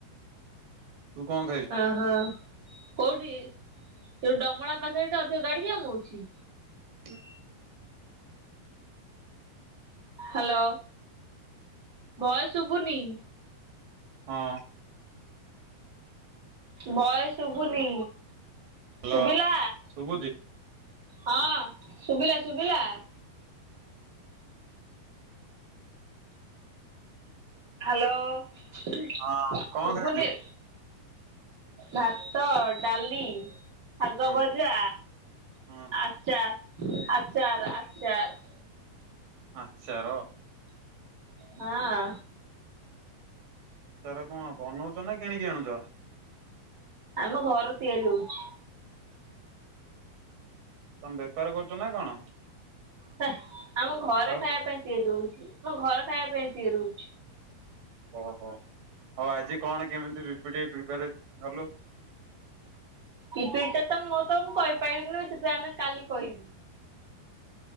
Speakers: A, on the right; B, on the right.
A: ତୁ କଣ ଖାଇଲୁ?
B: ଅହ କୋଉଠି ତୋ ଡମଳା ପାଖରେ ଠି ଅଧିକ ଗାଡି ଜାମ୍ ଯାଉଚି।
A: ହ
B: ହ୍ୟାଲୋ ଭୟେସ୍ ଶୁଭୁନି।
A: ହଁ।
B: ଭୟେସ୍ ଶୁଭୁନି
A: ହ୍ୟାଲୋ
B: ଶୁଭିଲା।
A: ଶୁଭୁଛି
B: ହଁ ଶୁଭିଲା ଶୁଭିଲା। ହ୍ୟାଲୋ
A: ହଁ କଣ
B: ଶୁଭୁନି।
A: ଖାଇଛୁ?
B: ଭାତ ଡାଲି। ଶାଗ
A: ହୁଁ
B: ଭଜା
A: ହୁଁ
B: ଆଚାର ଆଚାର ଆଚାର।
A: ଆଚାର।
B: ହଁ।
A: ଚାର କଣ ବନଉଛ ନା କିଣିକି ଆଣୁଛ।
B: ଆମ ଘର ତିଆରି ହଉଛି।
A: ବେପାର କରୁଛ ନା କଣ?
B: ହେ ଆମ ଘରେ
A: ଆଉ
B: ଖାଇବା ପାଇଁ ତିଆରି ହଉଛି ଆମ ଘର ଖାଇବା ପାଇଁ ତିଆରି ହଉଛି।
A: ଓହୋ ହଉ ଆଜି କଣ କେମିତି ପିପିିଟି ପ୍ରିପାର କଲୁ।
B: ପିପିଟା ତ ମୁଁ ତ ମୁଁ କହିପାରିବିନି ସେଥିପାଇଁ ଆମେ କାଲି କହିବି।